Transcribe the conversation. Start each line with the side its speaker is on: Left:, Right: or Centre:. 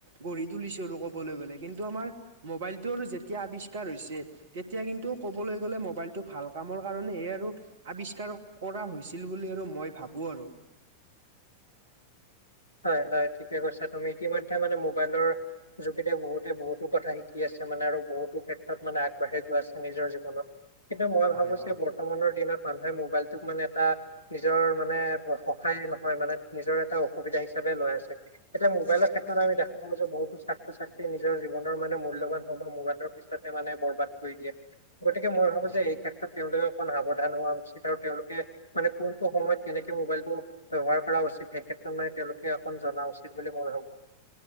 Right: গঢ়ি তুলিছো আৰু ক'বলৈ গ'লে কিন্তু আমাৰ মোবাইলটো আৰু যেত তিয়া আৱিষ্কাৰ হৈছে তেতিয়া কিন্তু ক'বলৈ গ'লে মোবাইলটো ভাল কামৰ কাৰণেহে আৰু আৱিষ্কাৰ কৰা হৈছিল বুলি আৰু মই ভাৱো আৰু।
Left: হয়- হয় ঠিকে কৈছা তুমি ইতিমধ্যে মানে মোবাইলৰ যোগেদিয়েই বহুতে বহুতো কথা শিকি আছে মানে আৰু বহুতো ক্ষেত্ৰত মানে আগবাঢ়ি গৈ আছে নিজৰ জীৱনত। কিন্তু মই
Right: হয়
Left: ভাৱো
Right: হয়
Left: যে বৰ্তমানৰ দিনত মানুহে মোবাইলটোক মানে কাক নিজৰ মানে অ- অসহায় নহয় মানে নিজৰ এটা অসুবিধা হিচাপে লোৱা হৈছে। এতিয়া মোবাইলৰ ক্ষেত্ৰত আমি দেখা পাওঁ যে বহুতো ছাত্ৰ -ছাত্ৰী নিজৰ জীৱনৰ মানে মূল্যৱান সময় মোবাইলক পিছতে মানে বৰবাদ কৰি দিয়ে। গতিকে মই ভাৱোঁ
Right: হয়।
Left: যে এই ক্ষেত ত্ৰত তেওঁলোকে অকণ সাৱধান হোৱা উচিত আৰু তেওঁলোকে মানে কোনটো সময়ত কেনেকে মোবাইল টো ব্যৱহাৰ কৰা উচিত সেইক্ষেত তাৰমানে তেওঁলোকে অকণ জনা উচিত বুলি মই ভাৱোঁ।